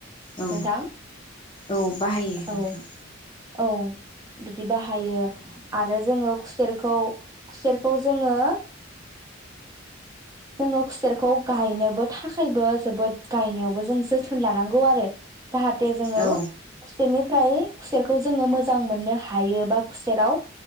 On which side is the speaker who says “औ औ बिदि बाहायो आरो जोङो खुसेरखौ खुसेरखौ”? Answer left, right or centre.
Right